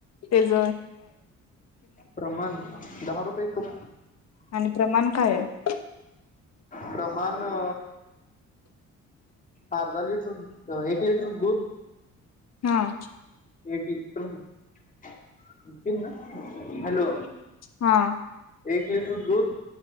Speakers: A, on the left; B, on the left.
A: तेज
B: प्रमाण दहा रुपये खूप
A: आणि प्रमाण काय आहे?
B: प्रमाण अ अर्धा लिटर एक लिटर दूध
A: हा.
B: एक लिटर नितीन ना हॅलो
A: हा
B: ए लिटर दूध